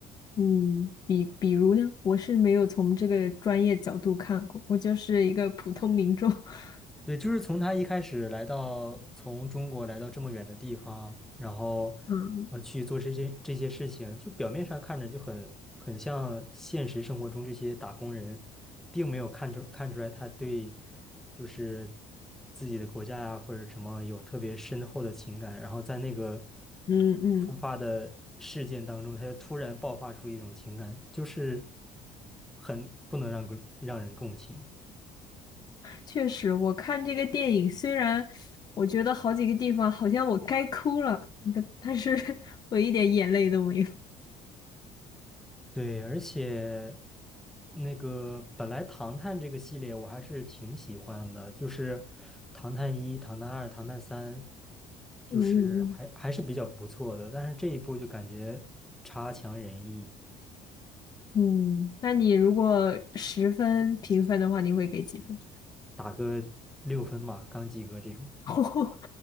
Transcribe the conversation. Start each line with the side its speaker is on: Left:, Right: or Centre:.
Left: 嗯，比比如呢，我是没有从这个专业角度看过，我就是一个普通民众。<laughs>
Centre: 对，就是从他一开始来到从中国来到这么远的地方，然后
Left: 嗯
Centre: 呃去做这些这些事情，就表面上看着就很很像现实生活中这些打工人，并没有看出看出来他对就是自己的国家呀、或者什么有特别深厚的情感，然后在那个
Left: 嗯嗯。
Centre: 突发的事件当中，他就突然爆发出一种情感，就是很不能让人让人共情。
Left: 确实，我看这个电影，虽然我觉得好几个地方好像我该哭了，但但是 <laughs> 我一点眼泪都没有。
Centre: 对，而且那个本来《唐探》这个系列我还是挺喜欢的，就是《唐探一》《唐探二》《唐探三》，
Left: 嗯嗯
Centre: 就是还还是比较不错的。但是这一部就感觉差强人意，
Left: 嗯，嗯，那你如果十分评分的话，你会给几分？
Centre: 打个六分吧，刚及格这种。
Left: <laughs> 哦，